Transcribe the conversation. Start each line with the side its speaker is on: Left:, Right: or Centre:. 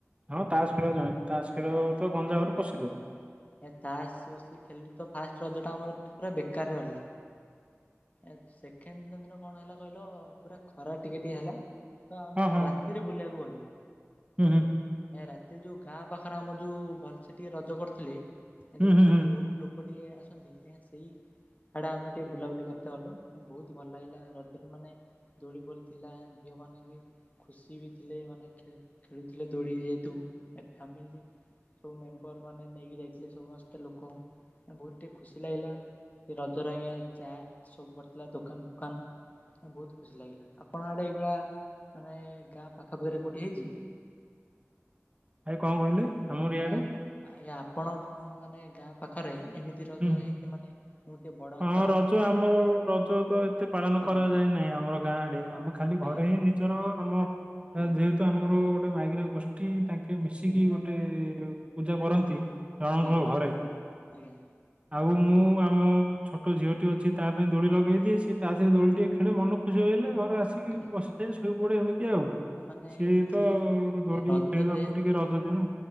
Right: ହଁ ତାସ୍ ଖେଳ ଜାଣି ତାସ୍
Left: ଆଜ୍ଞା
Right: ଖେଳ
Left: ନା
Right: ତ
Left: ସେ
Right: ଗଞ୍ଜାମରେ
Left: ବସିକି
Right: ପ୍ରସିଦ୍ଧ।
Left: ଆମେ ଏ ଚାସ୍ ବସିିକି ଖେିଲିଲୁ ତ ଫାଷ୍ଟ ରଜ ଟା ଆମର ପୁରା ବେକାରରେ ଗଲା। ଏ ସେକେଣ୍ଡ ଦିନ ଦିନ କଣ ହେଲା କହିଲ ପୁରା ଖରା ଟିକେ ଟିକେ ହେଲା। ତ ଆମେ
Right: ହଁ ହଁ
Left: ରାତିରେ ବୁଲିବାକୁ ଗଲୁନି।
Right: ହୁଁ, ହୁଁ।
Left: ଏ ରାତିରେ ଯୋଉ ଗାଁ ପାଖରେ ଆମର ଯୋଉ ଭଲ ସେ ଟିଏ ରଜ କରୁଥିଲି
Right: ହୁଁ
Left: ଯୋଉଠି
Right: ହୁଁ ହୁଁ
Left: ମାନେ ବହୁତ ଲୋକ ଟିକେ ଆସନ୍ତି ଏଁ ସେହି ହେଡେ ଆମେ ଟିକେ ବୁଲାବୁଲି କରିତେ ଗଲୁ ବହୁତ ଭଲ ଲାଗିଲା ରଜରେ ମାନେ ଦୋଳି ଫୋଳି ଥିଲା ଝିଅମାନେ କି ଖୁସି ବି ଥିଲେ ମାନେ ଖେ ଖେଳୁଥିଲେ ଦୋଳି ଯେହେତୁ, ଫ୍ୟାମିଲି ସବୁ ମେମ୍ବର ମାନେ ନେଇକି ଯାଇଥିଲେ ସମସ୍ତେ ଲୋକଙ୍କୁ ବହୁତ ଟିକେ ଖୁସି ଲାଗିଲା। ସେ ରଜରେ ଆଜ୍ଞା ଚାଟ୍ ସବୁ ପଡ଼ିଥିଲା ଦୋକାନ ଫୋକାନ। ହଁ ବହୁତ ଖୁସି ଲାଗିଲା ଆପଣ ଆଡେ ଏଇଭଳିଆ ମାନେ ଗାଁ ପାଖାପାଖିରେ କୋଉଠି ହେଇଛି?
Right: ଭାଇ କଣ କହିଲେ? ଆମର ଇଆଡେ
Left: ଆ ଆପ ଆଜ୍ଞା ଆପଣମାନେ ଗାଁ ପାଖରେ ଏମିତି ରଜ
Right: ହୁଁ
Left: ହେଇଛି ମାନେ ଗୋଟେ ବଡ
Right: ହଁ
Left: ଆକାରରେ
Right: ରଜ
Left: ଆପଣ
Right: ଆମର ରଜ ତ ଏତେ ପାଳନ
Left: ଆଜ୍ଞା
Right: କରାଯାଏ ନାହିଁ ଆମର ଗାଁ ଆଡ଼େ ଆମେ ଖାଲି ଘରେ
Left: ଆଜ୍ଞା
Right: ହିଁ ନିଜେ ଧର ଆମ
Left: ଆଜ୍ଞା
Right: ଯେହେତୁ ଆମର ଗୋଟେ ମାଇକିନା ଗୋଷ୍ଠୀ ତାଙ୍କେ ମିଶିକି
Left: ଆଜ୍ଞା
Right: ଗୋ ଟେ ପୂଜା କରନ୍ତି ଜଣଙ୍କ
Left: ଆଜ୍ଞା
Right: ଘରେ।
Left: ଆଜ୍ଞା
Right: ଆଉ ମୁଁ ଆମ ଛୋଟ ଝିଅଟି ଅଛି ତା ପାଇଁ ଦୋଳି ଲଗାଇ ଦିଏ ସିଏ ତା ସହିତ ଦୋଳି ଟିିକେ ଖେଳେ ମନ ଖୁସି ହେଇଗଲେ ଘରେ ଆସିକି
Left: ଆଜ୍ଞା
Right: ବସି ସେ ଶୋଇପଡ଼େ ଏମିତି ଆଉ
Left: ତାମାନେ
Right: ସିଏ
Left: କିଛି
Right: ତ ଦୋଳି
Left: ରଜ
Right: ଖେଳିବାକୁ
Left: ଯେହେତୁ
Right: ଟିକେ ରଜ ଦିନ,